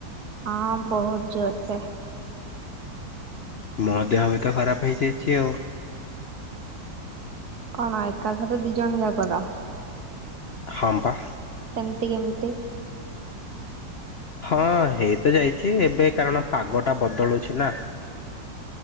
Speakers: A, on the right; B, on the left.
A: ହଁ ବହୁତ୍ ଜୋର୍ ସେ।
B: ମୋ ଦେହ ବି ତ ଖରାପ୍ ହେଇଯାଇଚି ଆଉ।
A: କଣ୍ ଏକାଥରେ ଦି ଜଣ ଯାକର।
B: ହଁ ପା।
A: ସେମିତି କେମିତି?
B: ହଁ ହେଇତ ଯାଇଚି ଏବେ କାରଣ ପାଗଟା ବଦଳୁଚି ନା।